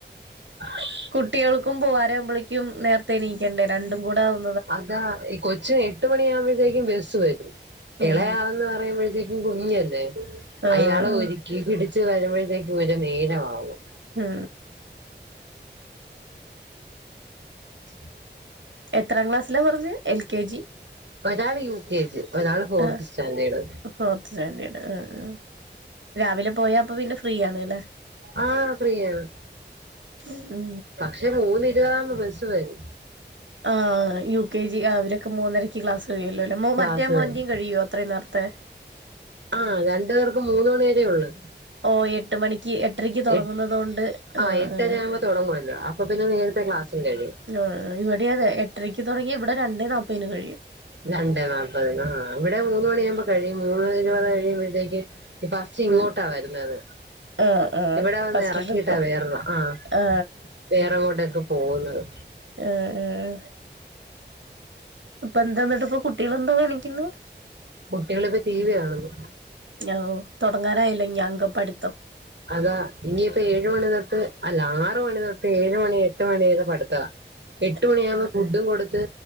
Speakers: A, on the right (about 70°); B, on the right (about 85°).
A: ഹ..
B: കുട്ടിൾക്കും പോവരമ്പളക്കും നേരത്തെ എണീക്കണ്ടേ. രണ്ടും കൂടെ ആവുബ്
A: അതാ ഈ കൊച്ചിന് എട്ട് മണിയ ആവുമ്പോഴത്തേക്കും ബസ്സ് വരും
B: ഉം
A: ഇളയാളെന്ന് പറയുമ്പോഴത്തേ ഇൻ കുഞ്ഞല്ലേ
B: ആഹ്
A: അയാളെ ഒരുക്കി പിടിച്ച് വരുമ്പോഴത്തേക്ക് ഒരു നേരമാവും..
B: ഹ്ഹ്..
A: <unintelligible>
B: എത്രാം ക്ലാസ്സിലാ പറഞ്ഞ് എൽ. കെ. ജി..
A: ഒരാള് യു കെജി ഒ രാൾ ഫോർത്
B: ആഹ്
A: സ്റ്റാൻഡേഡ്.
B: ഫോർത്ത് സ്റ്റാൻഡേർഡ് ആ ആ രാവിലെ പോയാ അപ്പൊ പിന്നെ ഫ്രീ ആണ്ലേ..
A: ആഹ ഫ്രീയാണ്..
B: മ്മ്ഹ്.
A: പക്ഷെ മൂന്ന് ഇരുവതാബോ. ബസ്സ് വെരും..
B: ആ യു കെ ജി അവരൊക്കെ മൂന്നരക്ക്. ക്ലാസ് കഴിയല്ലോ.. മോ
A: ക്ലാസ്
B: മറ്റേ മോന്റെയിം
A: വരും
B: കഴിയോ അത്രയും നേരത്തെ..
A: ആ രണ്ടു പേർക്ക് മൂന്ന് മണി വരേ. ഒള്ളു..
B: ഓ എട്ട് മണിക്ക് എട്ടരക്ക് തുടങ്ങുന്നത്
A: എട്ട്.
B: കൊണ്ട് ആ
A: അ എട്ടര
B: ആ
A: ആവുമ്പോ തൊടങ്ങുല്ലോ. അപ്പൊ പിന്നെ നേരത്തെ ക്ലാസ്.. സും കയ്യും..
B: ആ ആ ഇവിടെ അതെ. എട്ടരയ്ക്ക് തുടങ്ങി ഇവിടെ രണ്ടേ നാപ്പന് കഴിയും.
A: രണ്ടേ നാല്പ്പത്നെ, ആ ഇവിടെ മൂന്ന് മണിയാകുമ്പോ കഴിയും. മൂന്ന്മണീന്ന് കഴിയുമ്പോഴത്തേക്ക്. പസ്റ്റ് ഇങ്ങോട്ടാ
B: ഉം
A: വരുന്നത്?
B: ആ ആ
A: ഇവിടെ വന്ന്
B: ഫസ്റ്റ്
A: ഇറക്കിട്ടാ
B: ട്രിപ്പ്
A: വേറെള്ള ആഹ.
B: ആ
A: വേറെങ്ങോട്ടൊക്കെ പോകുന്നത്?
B: ആഹാ ആഹാ ആഹാ അപ്പൊ എന്താന്നട്ട് ഇപ്പൊ കുട്ടികളെന്താ കാണിക്ക്ന്നത്?
A: കുട്ടികളിപ്പോ ടി. വി കാണുന്നു.
B: ഓ തുടങ്ങാറായല്ലോ ഇന്നി അംഗപഠിത്തം.
A: അതാ. ഇനിയിപ്പോ ഏഴ് മണി തൊട്ട് അല്ല ആറ് മണി തൊട്ട് ഏഴ് മണി എട്ട് മണിവരെ പഠിത്താ.
B: <inaudible>
A: എട്ട് മണിയാകുമ്പോൾ ഫുഡും കൊടുത്ത്